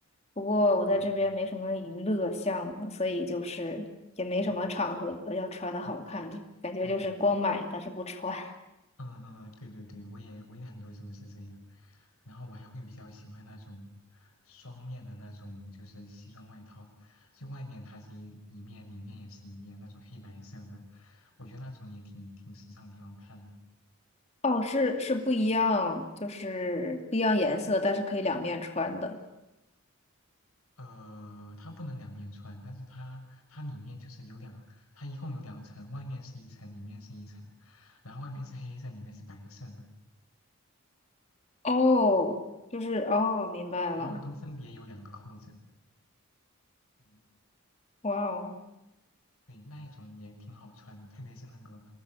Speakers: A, on the left (about 30°); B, on the left (about 80°).
A: 不过我在这边没什么娱乐项目，
B: 对，
A: 所以就是也没什么场合要穿的好看，
B: 嗯，哦
A: 感觉就是光买但是不穿。
B: 哦。嗯嗯，嗯对对对，我也我也很多时候是这样，然后我还会比较喜欢那种双面的那种，就是西装外套，就外面它是一一面，里面也是一面，那种黑白色的，我觉得那种也挺挺时尚，挺好看的。
A: 哦，是是不一样，就是不一样颜色，但是可以两面穿的。
B: 呃，它不能两面穿，但是它它里面就是有两，它一共有两层，外面是一层，里面是一层，然后外面是黑色，里面是白色的，
A: 哦，就是哦，明白了。
B: 然后都分别有两个扣子。嗯
A: 哇哦。
B: 对，那一种也挺好穿的，特别是那个，